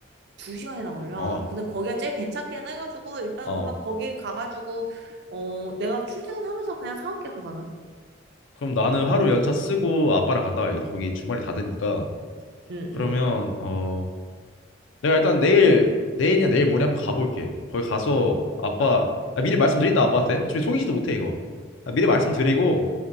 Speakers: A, on the right (about 55°); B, on the left (about 70°).
A: 두 시간이나 걸려?
B: 어,
A: 아, 근데 거기가 제일 괜찮긴 해가지고 일단
B: 어.
A: 그러면 거기 가가지고, 어, 내가 출퇴근하면서 그냥 사올게, 그거는.
B: 그럼 나는 하루 연차 쓰고
A: 응,
B: 아빠랑 갔다 와야겠다.
A: 응,
B: 거기 주말에 닫으니까.
A: 응,
B: 그러면 어 내가 일단 내일 내일이나 내일 모레 한번 가볼게. 거기 가서 아빠
A: 응. 어.
B: 아, 미리 말씀드린다 아빠한테. 어차피 속이지도 못해 이거. 아, 미리 말씀드리고